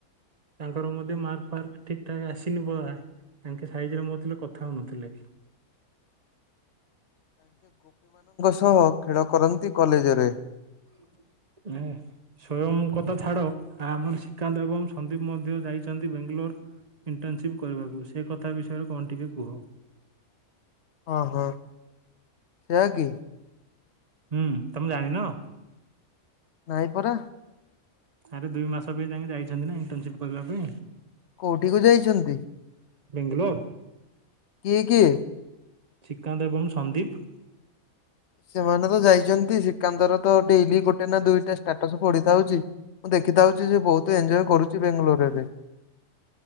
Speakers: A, on the right (about 30°); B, on the left (about 60°).
A: ତାଙ୍କର ମଧ୍ୟ ମାର୍କ ଫାର୍କ ଠିକ ଠାକ୍ ଆସିନି ବୋଆ ତାଙ୍କେ ସାାଇଜ ରେ ମୋ ଥିଲୁ କ ଥାଉ ନଥିଲେ।
B: ହଁ, ହଁ ଖେଳ କରନ୍ତି କଲେଜ୍ ରେ ।
A: ହ <unintelligible> ଏ ସ୍ଵୟମ କଥା ଛାଡ। ଆମର ଶ୍ରୀକାନ୍ତ ଏବଂ ସନ୍ଦୀପ ମଧ୍ୟ ଯାଇଚନ୍ତି ବେଙ୍ଗାଲୋର । ଇଣ୍ଟର୍ନସିପ୍ କରିବାକୁ ସେ କଥା ବିଷୟରେ କଣ ଟିକେ କୁହ?
B: ଓହୋ! ହଁ ସେୟା କି?
A: ହୁଁ, ତୋମେ ଜାଣିନ?
B: ନାଇଁ ପରା।
A: ଆରେ ଦୁଇ ମାସ ପାଇଁ ତାଙ୍କେ ଯାଇଛନ୍ତି ନା ଇଣ୍ଟର୍ନସିପ୍ କରିବା ପାଇଁ ।
B: କୋଉଠି କୁ ଯାଇଚନ୍ତି?
A: ବେଙ୍ଗଲୋର।
B: କିଏ କିଏ?
A: ଶ୍ରୀକାନ୍ତ ଏବଂ ସନ୍ଦୀପ।
B: ସେମାନେ ତ ଯାଇଚନ୍ତି ଶିକାନ୍ତର ତ ଡେଲି ଗୋଟେ ନା ଦୁଇଟା ଷ୍ଟାଟସ ପଡିଥାଉଚି। ମୁଁ ଦେଖିତେ ଆଉଚି ଯେ ବୋହୁତ ଏଞ୍ଜୟ କରୁଚି ବେଙ୍ଗଲୋରରେ।